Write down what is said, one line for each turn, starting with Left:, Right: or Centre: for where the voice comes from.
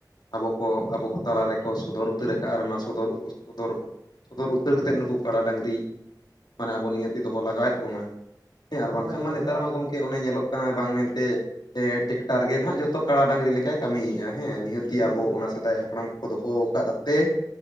Left: ᱟᱵᱚ ᱠᱚ ᱟᱵᱚ ᱠᱚ ᱛᱟᱞᱟ ᱨᱮᱠᱚ ᱥᱚᱫᱚᱨ ᱩᱛᱟᱹᱨ ᱟᱠᱟᱫᱼᱟ ᱟᱨ ᱚᱱᱟ ᱥᱚᱫᱚᱨ ᱥᱚᱫᱚᱨ ᱥᱚᱫᱚᱨ ᱩᱛᱟᱹᱨ ᱠᱟᱛᱮᱫ ᱱᱩᱠᱩ ᱠᱟᱰᱟ ᱰᱟᱹᱝᱨᱤ-ᱼ ᱢᱟᱱᱮ ᱟᱵᱚ ᱱᱤᱦᱟᱹᱛᱤ ᱫᱚᱦᱚ ᱞᱟᱜᱟᱣᱮᱫ ᱵᱚᱱᱟ ᱦᱮᱸ ᱟᱨ ᱵᱟᱝᱠᱷᱟᱱ
Right: ᱦᱳᱭ ᱦᱳᱭ
Left: ᱢᱟ
Right: ᱦᱳᱭ
Left: ᱱᱮᱛᱟᱨ ᱢᱟ ᱜᱚᱝᱠᱮ ᱚᱱᱮ ᱧᱮᱞᱚᱜ ᱠᱟᱱᱟ ᱵᱟᱝ ᱢᱮᱱᱛᱮ ᱴᱮᱠᱴᱟᱨ ᱜᱮ ᱱᱟᱦᱟᱜ ᱡᱚᱛᱚ ᱠᱟᱲᱟ ᱰᱟᱹᱝᱨᱤ ᱞᱮᱠᱟᱭ ᱠᱟᱹᱢᱤᱭᱮᱜᱼᱟ᱾ ᱦᱮᱸ ᱱᱤᱦᱟᱹᱛᱤ
Right: ᱦᱳᱭ
Left: ᱟᱵᱚ ᱚᱱᱟ ᱥᱮᱫᱟᱭ ᱦᱟᱯᱲᱟᱢ ᱠᱚᱠᱚ ᱫᱚᱦᱚ ᱟᱠᱟᱫᱛᱮ